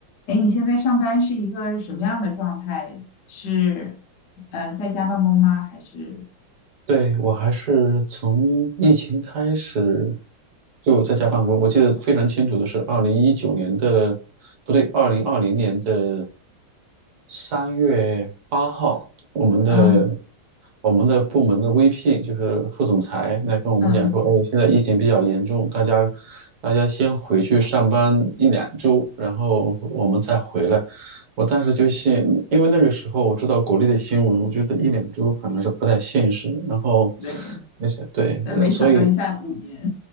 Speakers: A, on the left; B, on the right.
A: 哎，你现在上班是一个什么样的状态？是呃在家办公吗？还是
B: 对，我还是从疫情开始就在家办公。我记得非常清楚的是，二零一九年的，不对，二零二零年的三月八号，我们的
A: 啊
B: 我们的部门的 VP 就是副总裁来跟我们讲说，
A: 嗯
B: 哎，现在疫情比较严重，大家大家先回去上班一两周，然后我们再回来。我当时就信，因为那个时候我知道国内的新闻，我觉得一两周好像是不太现实。然后，
A: 对？
B: 那些对，
A: 但没想到一下五年，
B: 所以